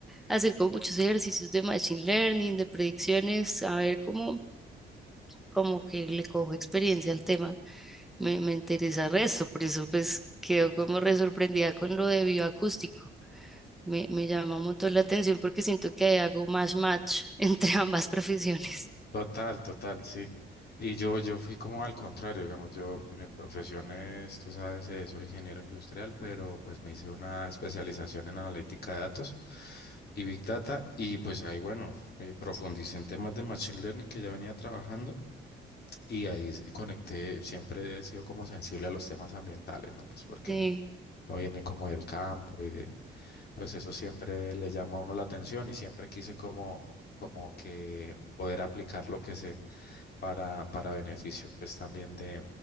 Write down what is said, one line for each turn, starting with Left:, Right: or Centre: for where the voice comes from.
Centre: hacer como muchos ejercicios de machine learning, de predicciones, a ver cómo como que le cojo experiencia al tema, me, me interesa el resto, por eso pues quedo como re sorprendida con lo de bioacústico. Me, me llama un montón la atención porque siento que ahí hago más match <laughs> entre ambas profesiones.
Left: Total, total, sí. Y yo, yo fui como al contrario, digamos, yo, pues, mi profesión es, tú sabes, eh, soy ingeniero industrial, pero pues me hice una especialización en analítica de datos y Big Data, y pues ahí, bueno, me profundicé en temas de Machine Learning que ya venía trabajando y ahí s- conecté, siempre he sido como sensible a los temas ambientales, ¿no? Pues porque
Centre: Sí,
Left: uno uno viene como del campo y de, pues eso siempre le llama a uno la atención y siempre quise como, como que poder aplicar lo que sé para, para beneficio pues también de,